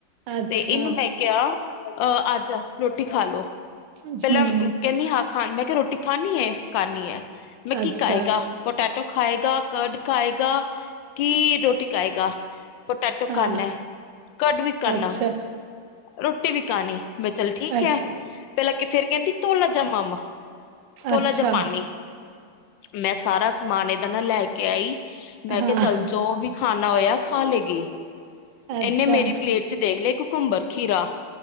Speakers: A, on the right; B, on the left.
A: ਅੱਛਾ
B: ਤੇ ਇਹਨੂੰ ਮੈਂ ਕਿਹਾ ਆਜਾ ਰੋਟੀ ਖਾ ਲੋ
A: ਹਮ
B: ਪਹਿਲਾਂ ਕਹਿੰਦੀ ਹਾਂ ਖਾ ਮੈਂ ਕਿਹਾ ਰੋਟੀ ਖਾਣੀ ਏ ਖਾਨੀ ਹੈ ਮੈਂ
A: ਅੱਛਾ
B: ਕੀ ਖਾਏਗਾ ਪੋਟੈਟੋ ਖਾਏਗਾ ਕਰਡ ਖਾਏਗਾ ਕੀ ਰੋਟੀ ਖਾਏਗਾ ਪੋਟੈਟੋ
A: ਹਾਂ
B: ਖਾਨਾ ਕਰਡ ਵੀ ਕਰਨਾ।
A: ਅੱਛਾ
B: ਰੋਟੀ ਵੀ ਖਾਣੀ ਮੈਂ ਚੱਲ ਠੀਕ
A: ਅੱਛਾ
B: ਹੈ। ਫੇਰ ਅੱਗੇ ਫੇਰ ਕਹਿੰਦੀ ਤੋਲਾ ਜਾ ਮਾਮ ਥੋਲਾ
A: ਅੱਛਾ
B: ਜ ਪਾਨੀ ਮੈਂ ਸਾਰਾ ਸਮਾਨ ਏਦਾਂ ਦਾ ਨਾ ਮੈ ਲੈ ਕੇ ਆਈ। ਮੈਂ
A: ਹਾਂ
B: ਕਿਹਾ ਚੱਲ ਜੋ ਵੀ ਖਾਣਾ ਹੋਇਆ ਖਾ ਲੇਗੀ
A: ਅੱਛਾ
B: ਇਹਨੇ ਮੇਰੀ ਪਲੇਟ ਦੇਖ ਲਏ ਇੱਕ ਘੁੰਬਰ ਖੀਰਾ